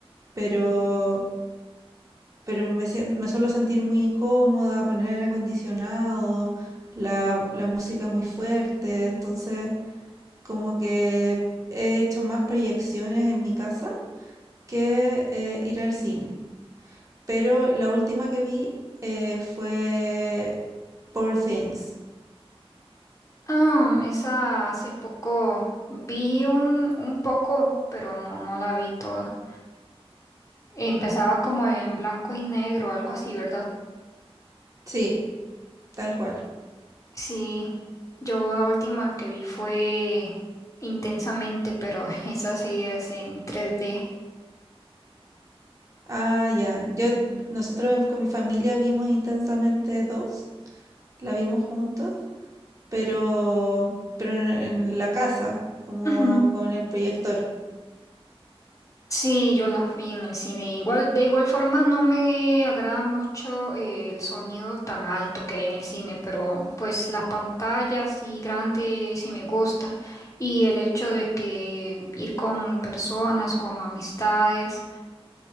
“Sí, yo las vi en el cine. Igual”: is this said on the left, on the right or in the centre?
Left